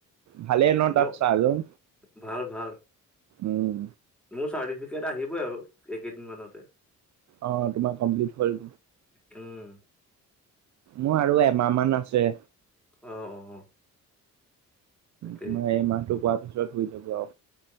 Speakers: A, on the right; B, in the centre.
A: ভালেই ন
B: মোৰ
A: তাত চাহজন
B: ভাল ভাল
A: উম
B: মোৰ চাৰ্টিফিকেট আহিবই আৰু এইকেইদিন মানতে
A: অ তোমাৰ কমপ্লিট হ'ল
B: উম
A: মোৰ আৰু এমাহ মান আছে
B: অ অ তাকেই
A: তোমাৰ এই মাহটো পোৱাৰ পিছত হৈ যাব আও